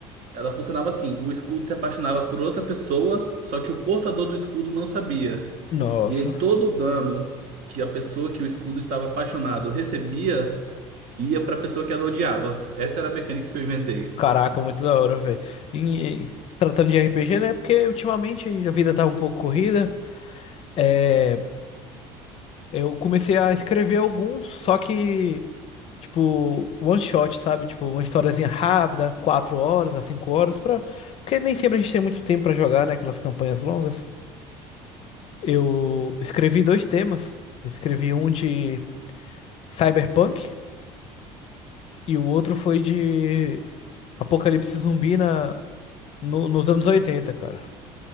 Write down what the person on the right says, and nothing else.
ela funcionava assim: o escudo se apaixonava por outra pessoa, só que o portador do escudo não sabia.
E aí todo o dano que a pessoa que o escudo estava apaixonado recebia ia para a pessoa que ela odiava. Essa era a mecânica que eu inventei.